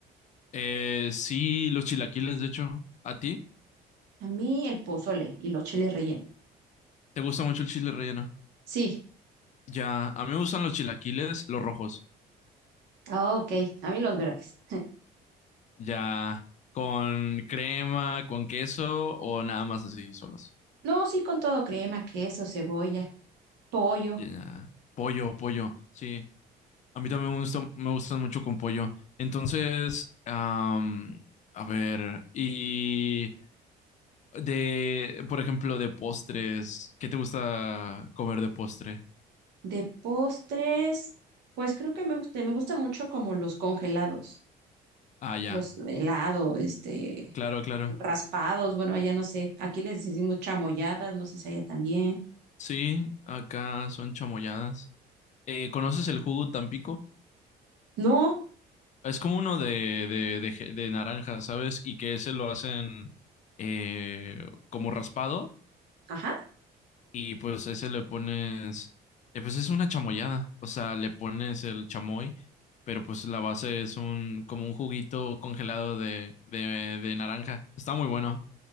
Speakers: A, on the left; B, on the right.
A: Eh, sí, los chilaquiles, de hecho. ¿A ti?
B: A mí el pozole y los chiles rellenos.
A: ¿Te gusta mucho el chile relleno?
B: Sí,
A: Ya, a mí me gustan los chilaquiles, los rojos.
B: ah, ok, a mí los verdes.
A: Ya, con crema, con queso o nada más así, solos.
B: No, sí, con todo, crema, queso, cebolla, pollo.
A: Ya, pollo, pollo, sí. A mí también me gusta, me gustan mucho con pollo. Entonces, am, a ver, y de, por ejemplo, de postres, ¿qué te gusta comer de postre?
B: De postres, pues creo que me gusta, me gustan mucho como los congelados,
A: Ah, ya,
B: los helado, este,
A: claro, claro.
B: raspados, bueno, allá no sé, aquí les decimos chamoyadas, no sé si allá también.
A: Sí, acá son chamoyadas. Eh, ¿conoces el jugo Tampico?
B: No,
A: Es como uno de, de, de, je- de naranja, ¿sabes? Y que ese lo hacen eh, como raspado
B: ajá,
A: y pues ese le pones, eh, pues es una chamoyada, o sea, le pones el chamoy, pero pues la base es un como un juguito congelado de, de, de naranja. Está muy bueno.